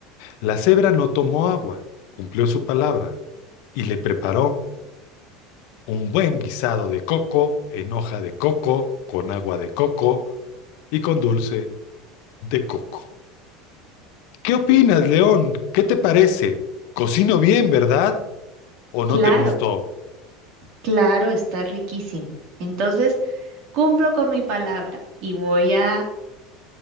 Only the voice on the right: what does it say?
Claro,
claro, está riquísimo. Entonces, cumplo con mi palabra y voy a